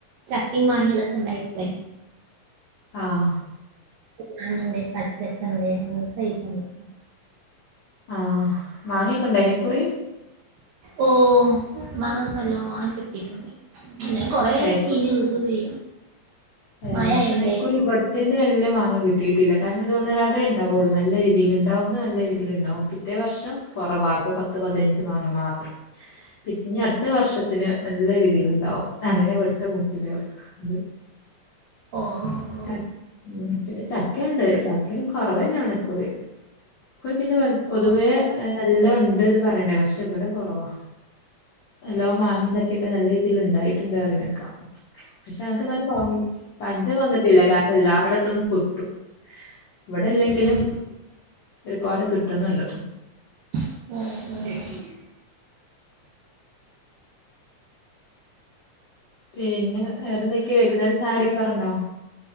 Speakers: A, on the right; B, on the left.
A: ചക്ക മാങ്ങയിം ഇതൊക്കെ ഇണ്ടായിട്ട
B: ആഹ
A: മാങ്ങണ്ട് കടിച്ചെക്കണ്ട് അങ്ങനത്തെ ഐറ്റംസ്
B: ആഹ മാങ്ങിയൊക്കെ ഉണ്ടായിനോ അതിനെക്കുറി
A: ഓ മാങ്ങ നല്ലോണം കിട്ടീട്ടുണ്ട് ഞാൻ കൊറെ
B: ഏഹ്
A: ചീഞ് വിഗും ചെയ്യും
B: ഹേ
A: മഴ ആയോണ്ടേ
B: ന്നാ ഇക്കുറി വെട് ത്ത്‌ന്ന് വെല്ല്യ മാങ്ങാ കിട്ടിയിട്ടില്ല കാരണം ഇത് ഒന്നരാടെ ണ്ടാവോള്ളൂ നല്ല രീതിയില്ണ്ടാവുമ്പോ നല്ല രീതിയില്ണ്ടാവും റ്റേ വർഷം കൊറവാകും പത്ത് പതിനഞ്ച് മാങ്ങ മാത്രം പി ഇഞ് അട്ത്ത
A: ഓ
B: വർഷത്തിന് നല്ല രീതിയില് ണ്ടാവും അങ്ങനെ ഇവെട്ത്തെ മൂച്ചീന്റെ ത്
A: ഓ ഓ
B: ച ഉം പിന്നെ ചക്കയ്ണ്ട് ചക്കയും കൊറവെന്നെണ് ഇക്കൂറി പിന്നെ പൊതുവേ
A: ഓ
B: നല്ല ഉണ്ട്ന്ന് പറ തെന്നെ പഷേ ഇപെടെ കൊറവാ നല്ലോം മാങ്യിം ചക്കക്കെ നല്ല ഇല്ല ഇണ്ടായിട്ട്ണ്ട് അറിനേക്കാ പക്ഷെ അങ്ങക്ക്
A: ഉം
B: നല്ല പഞ്ചം വന്നിട്ടില്ല കാരണം എല്ലായിടത്ത്‌ന്നും കിട്ടും വെടെല്ലെങ്കിലും
A: ഉം
B: ഒരുപാട് കിട്ടുന്നുണ്ട്
A: <unintelligible>
B: പിന്നെ വേറെന്തൊക്കെ വെയ്കു നേരം ചായട്ക്കാറുണ്ടോ